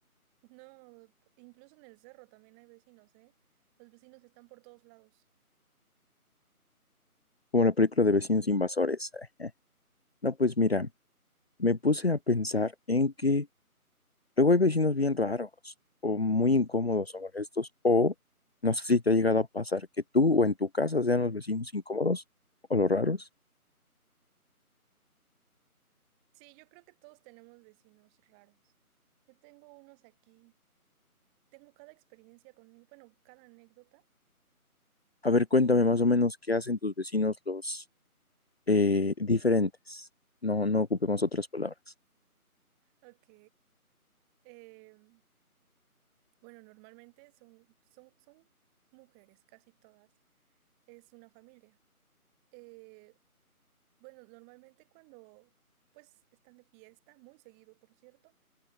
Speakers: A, in the centre; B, on the left.
A: No, incluso en el cerro también hay vecinos, ¿eh? Los vecinos están por todos lados.
B: como la película de Vecinos Invasores. <laughs> No, pues mira, me puse a pensar en que luego hay vecinos bien raros, o muy incómodos o molestos, o no sé si te ha llegado a pasar que tú o en tu casa sean los vecinos incómodos o los raros.
A: Sí, yo creo que todos tenemos vecinos raros. Yo tengo unos aquí. Tengo cada experiencia con él, bueno, cada anécdota.
B: A ver, cuéntame más o menos qué hacen tus vecinos los eh, diferentes. No, no ocupemos otras palabras.
A: Ok. Em, bueno, normalmente son, son, son mujeres, casi todas. Es una familia. Eh, bueno, normalmente cuando pues están de fiesta, muy seguido, por cierto.